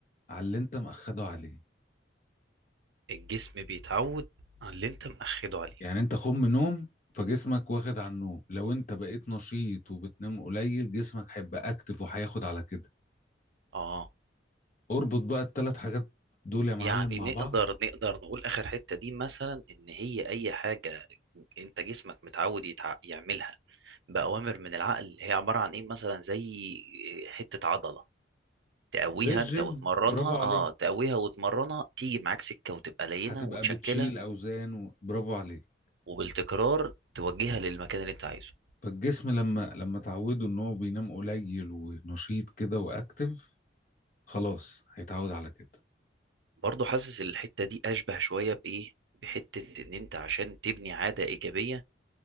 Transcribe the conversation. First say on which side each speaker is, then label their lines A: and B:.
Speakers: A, on the left; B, on the right.
A: على اللي انت مأخده عليه
B: الجسم بيتعود على اللي انت مأخده عليه
A: يعني انت خم نوم فجسمك واخد على النوم لو انت بقيت نشيط وبتنام قليل جسمك هيبقى اكتف وهياخد على كده
B: اه آه.
A: اربط بقى الثلاث حاجات دول يا معلم
B: يعني
A: مع
B: نقدر
A: بعض
B: نقدر نقول اخر حتة دي مثلا ان هي اي حاجة انت جسمك متعود يتع... يعملها بأوامر من العقل هي عبارة عن ايه مثلا زي حتة عضلة تقويها
A: زي الجيم
B: انت وتمرنها
A: برافو عليك
B: اه تقويها وتمرنها تيجي معاك سكه وتبقى لينه
A: هتبقى
B: وتشكلها
A: بتشيل اوزان و- برافو عليك
B: وبالتكرار توجهها للمكان اللي انت عايزه
A: فالجسم لما لما تعوده ان هو بينام قليل ونشيط كده واكتف خلاص هيتعود على كده
B: برضه حاسس الحته دي اشبه شويه بايه بحته ان انت عشان تبني عاده ايجابيه